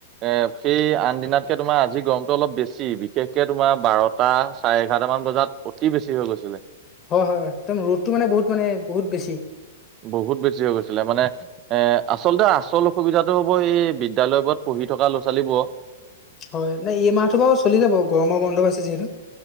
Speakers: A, on the right (about 30°); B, on the left (about 20°).
A: এ সেই আন দিনাতকে তোমাৰ আজি গৰমটো অলপ বেছি। বিশেষকে তোমাৰ বাৰতা টা চাৰে এঘাৰটা মান বজাত অতি বেছি হৈ গৈছিলে।
B: হয়, হয়, একদম ৰ'দটো মানে বহুত মানে বহুত বেছি।
A: বহুত বেছি হৈ গৈছিলে মানে এ আচলতে আচল অসুবিধাতটো হ'ব এই বিদ্যালয়বোৰত পঢ়ি থকা ল'ৰা-ছোৱালীবোৰৰ।
B: হয়, নাই এই মাহটো বাৰু চলি যাব, গৰমৰ বন্ধ পাইছে যিহেতু।